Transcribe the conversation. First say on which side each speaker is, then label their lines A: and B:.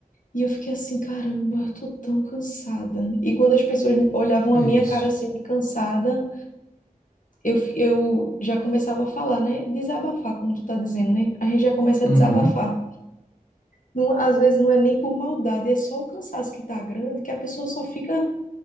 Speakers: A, on the left; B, on the left.
A: e eu fiquei assim, caramba, eu tô tão cansada. E quando as pessoas olhavam
B: é
A: a minha
B: isso.
A: cara assim de cansada, eu, fi- eu já começava a falar, né? Desabafar, como tu tá dizendo, né? A gente já começa
B: Uhum.
A: a desabafar. Não, às vezes não é nem por maldade, é só o cansaço que tá grande que a pessoa só fica